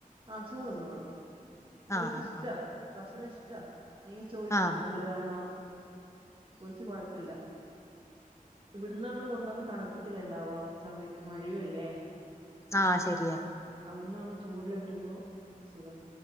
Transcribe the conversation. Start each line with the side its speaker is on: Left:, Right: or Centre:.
Right: ആ ചോറ് തിന്നോളു
Left: ആഹ്
Right: ഓല് ക്ക്‌
Left: ആഹ്
Right: ഇഷ്ട
Left: ആഹ്.
Right: ഭക്ഷണ ഇഷ്ടാ എന്തെങ്കിൽ ചോയിക്കും
Left: ആഹ്.
Right: നല്ലതാണോ ഓല്ക്ക്‌ കൊഴപ്പല്ല ഇവട്‌ന്ന് നമ്മള് കൊണ്ടാവുമ്പോ തണുത്തിട്ടല്ലേണ്ടാവ ഉച്ചാവുമ്പേക്ക് മഴഴു അല്ലേ
Left: ആ ശരിയാ
Right: അവ്ട്‌ന്നാവുമ്പോ ചൂട്‌ള്ള കിട്ടുമ്പോ സുഖ